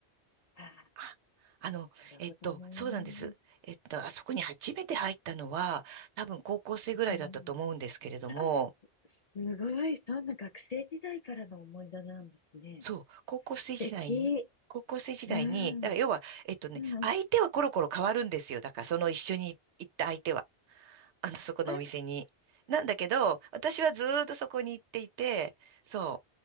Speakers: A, on the left; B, on the right.
A: ああ、
B: あ、あの、
A: なるほどね。
B: えっと、そうなんです。えっと、あそこに初めて入ったのは、多分高校生ぐらいだったと思うんですけれども、
A: うん、あ、すごい。そんな学生時代からの思い出なんですね。
B: そう、高校生時代に、
A: 素敵。
B: 高校生時代に、
A: うん、
B: だから要は、えっとね、
A: うん。
B: 相手はコロコロ変わるんですよ。だからその一緒に行った相手は。あの、そこのお店に。
A: あ、
B: なんだけど、私はずーっとそこに行っていて、そ